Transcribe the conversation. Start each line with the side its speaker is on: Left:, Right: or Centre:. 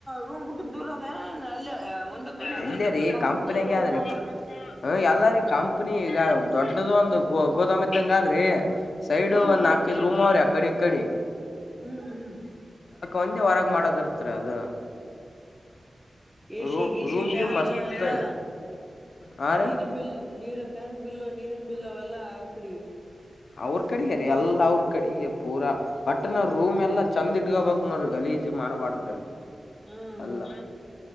Centre: ರೂಮ್ ಬಿಟ್ಟು ದೂರ ಅದ ಅಲ್ಲಿ ಒಂದ ತೋಲೆ
Left: ಅಲ್ಲೇ
Centre: ಅದ
Left: ರೀ
Centre: ಕಂಪನಿ
Left: ಕಂಪನಿಗೆ
Centre: ರೂಮ್
Left: ಆದ್ರಿ ಹ ಎಲ್ಲಾರಿೀ ಕಂಪ್ನಿ ಈಗ ದೊಡ್ಡ ದೊಡ್ಡದು ಒಂದು ಗೋದಾಮ ಇದ್ದಂಗ ಆದ್ರಿ ಸೈಡ್
Centre: ಹ್ಮ್
Left: ಒಂದ್
Centre: ಹ್ಮ್
Left: ನಾಕೈದು ರೂಮ್ ಅವ್ರಿ ಅಕಡಿ ಇಕ್ಕಡಿ
Centre: ಹ್ಮ್ ಹ್ಮ್
Left: ಒಂದೇ ಹೊರಗ ಮಾಡದ ಇರ್ತ್ರಿ ಅದು
Centre: ಎ ಸಿ
Left: ರೂಮ್
Centre: ಗಿ ಸಿ
Left: ರೂಮ್ಗೆ
Centre: ಫ್ಯಾನ್
Left: ಮಸ್ತ್
Centre: ಎಲ್ಲಾ
Left: ಹಾ
Centre: ನೀರಿನ
Left: ರೀ
Centre: ಬಿಲ್ ನೀರಿ ಕರೆಂಟ್ ಬಲ್ ನೀರಿನ ಬಿಲ್ ಅವೆಲ್ಲ ಅವರಕಡಿಗೆ
Left: ಅವ್ರ ಕಡೆಗೆ ರೀ ಎಲ್ಲ ಅವ್ರ ಕಡೆಗೆ ಪೂರ ಒಟ್ಟ ನಾವ್ ರೂಮ್ ಚಂದ ಇಟ್ಕಬೇಕು ನೋಡ್ರಿ ಗಲೀಜ್ ಮಾಡಬರಧ್ರಿ
Centre: ಹ್ಮ್ ಹ್ಮ್
Left: ಅಲ್ಲ